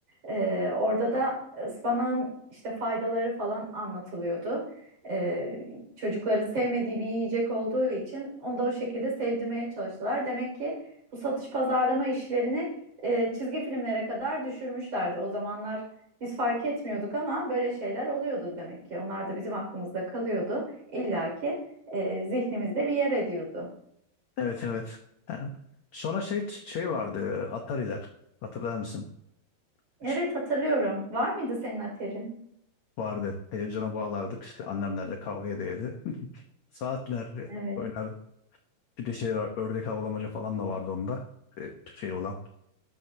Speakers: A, on the right; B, on the left.
A: E, orada da ıspanağın işte faydaları falan anlatılıyordu. E, çocukların sevmediği bir yiyecek olduğu için onu da o şekilde sevdirmeye çalıştılar. Demek ki bu satış pazarlama işlerini e, çizgi filmlere kadar düşürmüşlerdi. O zamanlar biz fark etmiyorduk ama böyle şeyler oluyordu demek ki. Onlar da bizim aklımızda kalıyordu. İlla ki e, zihnimizde bir yer ediyordu.
B: Evet evet. Yani sonra şey şey vardı Atari'ler. Hatırlar mısın?
A: Evet
B: Hiç
A: hatırlıyorum. Var mıydı senin aterin?
B: Vardı. Televizyona bağlardık işte annemlerle kavga ederdi. <laughs> Saatlerdi
A: Evet.
B: oynardı. Bir de şey var ördek avlamaca falan da vardı onda. E, Şey olan.